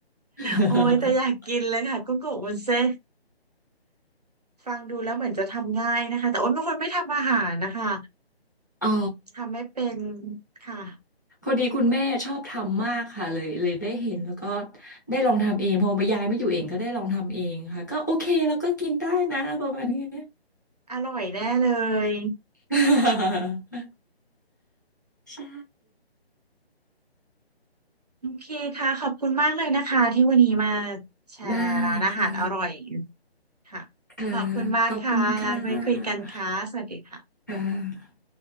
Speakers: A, on the left; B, on the right.
A: <laughs>
B: โอ้ยแต่อยากกินเลยค่ะกุ้งกับวุ้นเส้นฟังดูแล้วเหมือนจะทำง่ายนะคะแต่โอ้ยเป็นคนไม่ทำอาหารนะคะ
A: อ๋อ
B: ทำไม่เป็นค่ะ
A: พอดีคุณแม่ชอบทำมากค่ะเลยเลยได้เห็นแล้วก็ได้ลองทำเองพอมายายไม่อยู่เองก็ได้ลองทำเองค่ะก็โอเคแล้วก็กินได้นะประมาณเนี้ย
B: อร่อยแน่เลย
A: <laughs> ใช่
B: โอเคค่ะขอบคุณมากเลยนะคะที่วันนี้มาแชร์ร้านอาหารอร่อย
A: ได้ค่ะ
B: ค่ะขอบคุณมากค่ะแล้วไว้คุยกันค่ะสวัสดีค่ะ
A: ค่ะขอบคุณค่ะค่ะ